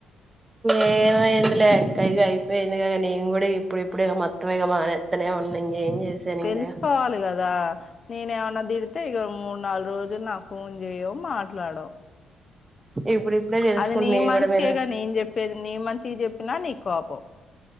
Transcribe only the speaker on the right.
ఏేమయింది లేక్క ఇక అయిపోయింది కద నేను కూడా ఇప్పుడు ఇప్పుడు మొత్తం ఇక మానెత్తనే ఉన్నా ఇంకేం చేసాను
ఇంకా
ఇప్పుడు ఇప్పుడే తెలుసుకుంటున్నా
నేను
కూడా మీరు